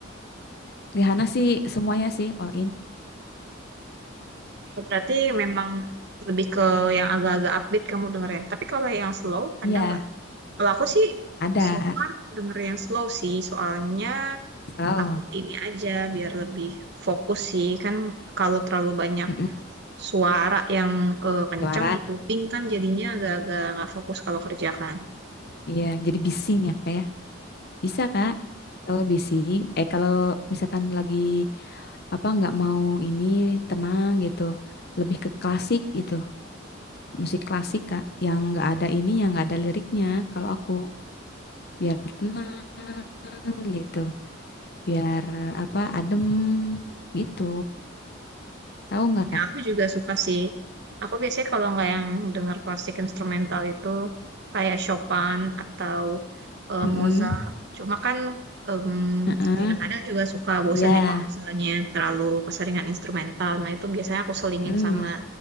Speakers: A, on the left (about 50°); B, on the right (about 55°).
A: Rihanna sih semuanya sih all in
B: Ya, Berarti memang lebih ke yang agak-agak upbeat kamu denger ya. Tapi kalau yang slow, ada
A: iya
B: nggak? Kalau aku sih
A: ada
B: so far denger yang slow sih, soalnya
A: slow
B: takut ini aja biar lebih fokus sih. Kan kalau terlalu banyak
A: Mm-mm.
B: suara yang eh, kenceng
A: suara
B: di kuping kan jadinya agak-agak nggak fokus kalau kerja kan.
A: iya jadi bising ya kayak bisa kak kalau bising eh kalau misalkan lagi apa nggak mau ini tenang gitu lebih ke klasik gitu musik klasik Kak yang nggak ada ini yang nggak ada liriknya kalau aku biar tenang gitu biar apa adem gitu tahu nggak
B: Ya,
A: Kak?
B: aku juga suka sih. Aku biasanya kalau nggak yang dengar klasik instrumental itu kayak Chopin atau eh,
A: Mm-mm.
B: Mozart. Cuma kan em,
A: Heeh.
B: kadang-kadang juga suka bosen
A: Ya.
B: ya kalau misalnya terlalu keseringan instrumental. Nah itu biasanya aku selingin
A: Mm-mm.
B: sama